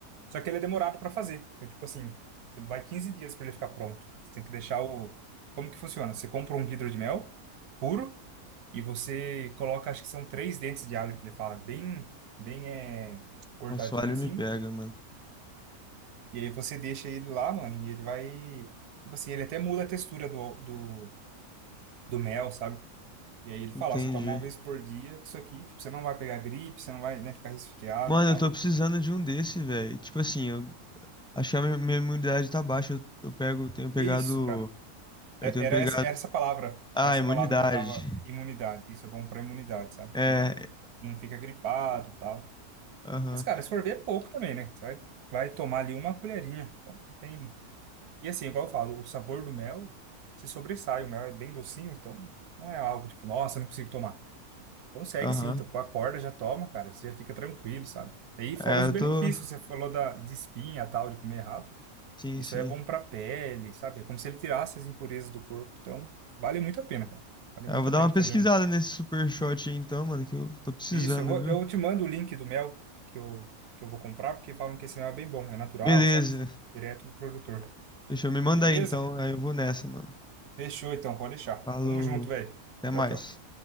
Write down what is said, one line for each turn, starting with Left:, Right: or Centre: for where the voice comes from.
Right: Só que ele é demorado para fazer. Então, tipo assim, vai 15 dias para ele ficar pronto. Você tem que deixar o. Como que funciona? Você compra um vidro de mel puro e você coloca, acho que são três dentes de alho que ele fala, bem, bem é, cortadinho
Centre: Nossa, o alho
Right: assim.
Centre: me pega, mano.
Right: E aí você deixa ele lá, mano, e ele vai. Tipo assim, ele até muda a textura do, do, do mel, sabe? E aí ele
Centre: Entendi.
Right: fala, ó, você toma uma vez por dia, que isso aqui, tipo, você não vai pegar gripe, você não vai, né, ficar resfriado
Centre: Mano,
Right: e tal.
Centre: eu tô precisando de um desse, velho. Tipo assim, eu, Acho que a minha minha imunidade tá baixa. Eu, eu pego, eu tenho pegado.
Right: É Isso, cara.
Centre: Eu
Right: É-
Centre: tenho
Right: Era
Centre: pegado.
Right: essa, era essa palavra,
Centre: Ah,
Right: essa
Centre: imunidade.
Right: palavra que eu tava, imunidade. Isso é bom pra imunidade, sabe?
Centre: É.
Right: Então, tipo, não fica gripado e tal.
Centre: Aham,
Right: Mas, cara, se for ver, é pouco também, né? Você vai, vai tomar ali uma colherinha. Então, não tem... E assim, igual eu falo, o sabor do mel se sobressai. O mel é bem docinho, então não é algo tipo, nossa, não consigo tomar. Consegue
Centre: aham.
Right: sim, então tipo, acorda, já toma, cara. Você já fica tranquilo, sabe? E aí, fora
Centre: É,
Right: os
Centre: eu
Right: benefícios,
Centre: tô.
Right: você falou da, de espinha e tal, de comer errado.
Centre: Sim,
Right: Isso
Centre: sim.
Right: aí é bom para a pele, sabe? É como se ele tirasse as impurezas do corpo. Então, vale muito a pena, cara. Vale
Centre: É,
Right: muito
Centre: eu vou
Right: a
Centre: dar
Right: pena
Centre: uma pesquisada
Right: fazer um.
Centre: nesse super shot aí então, mano, que eu tô precisando,
Right: Isso, eu vou,
Centre: viu?
Right: eu te mando o link do mel que eu, que eu vou comprar, porque falam que esse mel é bem bom, é natural,
Centre: Beleza.
Right: sabe? Direto do produtor.
Centre: Deixa eu me mandar
Right: Beleza?
Centre: aí então. Aí eu vou nessa, mano.
Right: Fechou então, pode deixar.
Centre: Falou.
Right: Tamo junto, velho.
Centre: Até mais.
Right: Tchau, tchau.